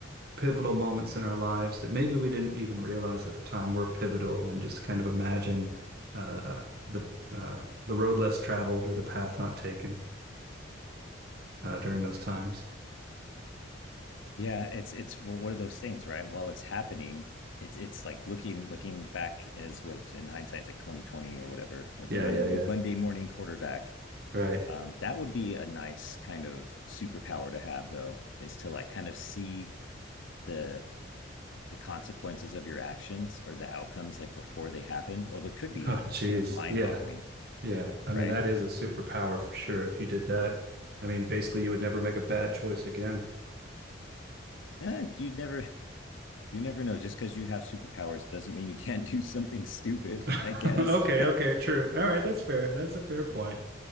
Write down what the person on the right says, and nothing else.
pivotal moments in our lives that maybe we didn't even realize at the time were pivotal, and just kind of imagine uh, the uh, the road less traveled or the path not taken uh, during those times.
Yeah,
yeah, yeah.
Right.
Oh, geez.
Yeah,
yeah. I
mean, that is a superpower for sure. If you did that, I mean, basically, you would never make a bad choice again.
<laughs>
Okay, okay, true. All right, that's fair. That's a fair point.